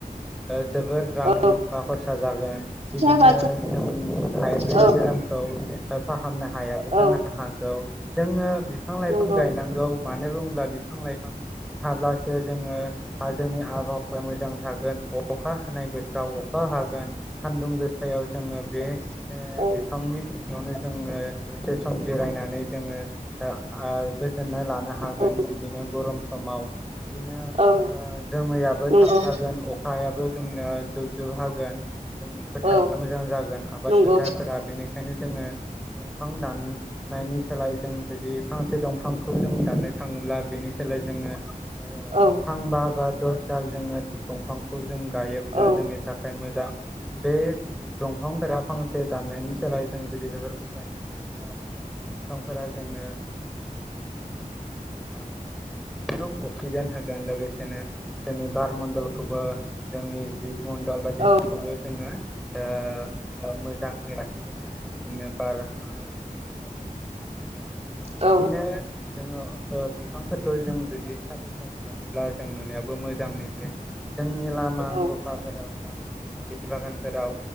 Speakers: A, in the centre; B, on the right (about 45°).
A: ओ जोबोर रां
B: औ
A: रुफा खरसा जागोन।
B: फिसा
A: बिदिनो
B: बाथि
A: जों <unintelligible>
B: औ
A: बेराम खौ फाहामनो हायाबो जानो
B: औ
A: हागौ जोङो बिफां लाइफां
B: नंगौ
A: गायनांगौ। मानो बुंब्ला बिफां लाइफां थाब्लासो जोङो जोंनि आबहावाया मोजां थागोन। अखा हानाय बोथोराव अखा हागोन, सान्दुं गोसायाव जोङो बे ओ
B: औ
A: बिफांनि सिङावनो जोङो दसे सम जिरायनानै जोङो ओ गोजोननाय लानो हागोन,
B: औ
A: बिदिनो गरम समाव बिदिनो ओ
B: औ
A: जोमैयाबो
B: नंगौ
A: थाब थागोन, अखायाबो जोंना जोबजोब हागोन जोंनि फोथारा
B: औ
A: मोजां जागोन, आबाद
B: नंगौ
A: फोथारफोरा, बेनि जोङो दंफां दाननायनि सोलाय जों जुदि फांसे दंफां खौ जों दाननो थाङोब्ला, बेनि सोलाय जोङो ओ
B: औ
A: फांबा बा दस दाल जोङो दंफांखौ जों गायोब्ला
B: औ
A: जोंनि थाखाय मोजां। बे दंफांफोरा फांसे दाननायनि सोलाय जों जुदि बेफोर गायनो हायोब्ला बे बिफांफोरा जोंनो ओ ओ बेखौ अक्सिजेन होगोन लोगोसेनो जोंनि बार मणडलखौबो जोंनि जिब मणडल बायदिखौबो
B: औ
A: जोङो ओ मोजाङै लाखिगोन आरो। बिदिनो बार जोंनो अक्सिजेन <unintelligible> थागोन, बिदिनो
B: औ
A: जोङो बिफांफोरखौ जों जुदि सारि सारि गायोब्ला जों नुनायाबो मोजां नुयो जोंनि लामा
B: औ
A: गफाफोराव बा जोंनि बारि बागानफोराव